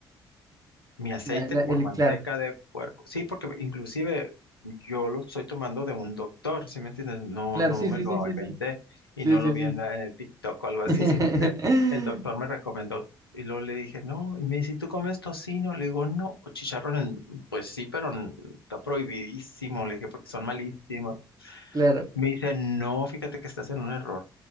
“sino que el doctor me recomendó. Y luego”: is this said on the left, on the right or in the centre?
Left